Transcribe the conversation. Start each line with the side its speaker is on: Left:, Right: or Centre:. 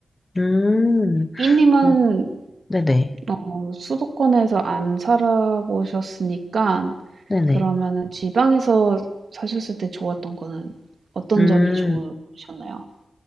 Left: 음,
Right: B님은
Left: 그, 네네.
Right: 어 수도권에서 안 살아보셨으니까
Left: 네네.
Right: 그러면은 지방에서 사셨을 때 좋았던 거는 어떤
Left: 음,
Right: 점이 좋으셨나요?